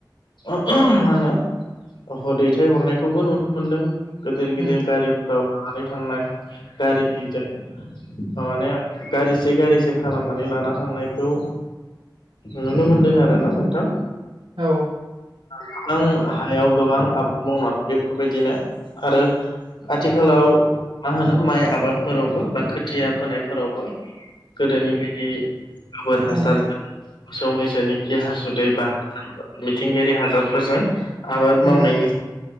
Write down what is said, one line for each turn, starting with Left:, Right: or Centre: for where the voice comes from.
Left: मा होनो दैथाय हरनायखौबो नुनो मोनदों गिदिर
Right: उम
Left: गिदिर गारिफोराव लानानै थांनाय गारिजों माबानाया गारिसे गारिसे खालामनानै लाना थांनायखौ नुनो मोनदों आरोना नोंथां
Right: औ
Left: गोबां हायाव गोबां आबाद मावनानै बेफोरबायदिनो आरो आथिखालाव मा होनो माइ आबादफोरावबो बा खोथिया फोनायफोरावबो गोदोनि बायदि गोबोर
Right: औ उम
Left: हासारजों मोसौ मैसोनि खि हासुदै बा मिथिंगायारि हासारफोरजों आबाद मावनायनि
Right: उम